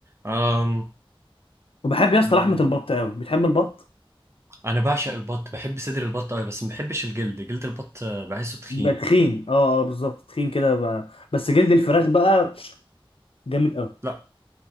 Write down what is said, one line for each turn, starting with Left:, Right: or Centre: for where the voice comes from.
Right: أم.
Left: وبحب يا اسطى
Right: مم.
Left: لحمة البط أوي بتحب البط؟
Right: انا بعشق البط بحب صدر البط قوي بس ما بحبش الجلد جلد البط آه، بحسه تخين
Left: بيبقى تخين اه اه بالظبط تخين كده بقى. بس جلد الفراخ بقى جامد أوي
Right: لا